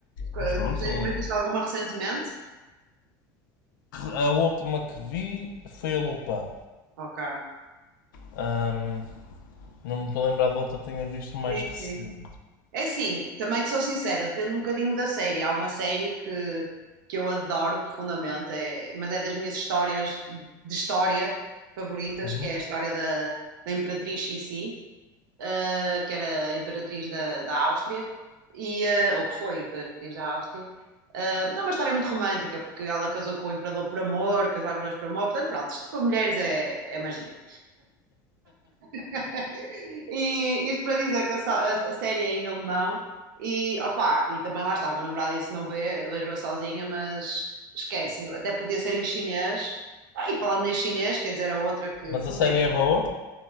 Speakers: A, on the right; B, on the left.
A: Ok,
B: Mas pronto,
A: Mas,
B: são-
A: mas viste alguma recentemente?
B: a última que vi foi a Lupin.
A: Ok.
B: Hum, não me estou a lembrar de outra que tenha visto mais
A: Sim,
B: recente.
A: sim. É assim, também te sou sincera, depende um bocadinho da série. Há uma série que, que eu adoro profundamente, é- mas é das minhas histórias de história favoritas,
B: Uhum.
A: que é a história da, da Imperatriz Sissi. eh, que era imperatriz da, da Áustria, e, eh, ou que foi imperatriz da Áustria. Eh, mas é uma história muito romântica, porque ela casou com o imperador por amor, casaram os dois por amor, portanto, pronto, isto para mulheres é, é magia. <laughs> E isto para dizer que a, so- a- a série é em alemão e opa, e também lá está, o meu namorado disse não vê, vejo-a sozinha, mas esquece, até podia ser em chinês. Ah, e falando em chinês, quer dizer, a outra que
B: Mas
A: consegue.
B: a série é boa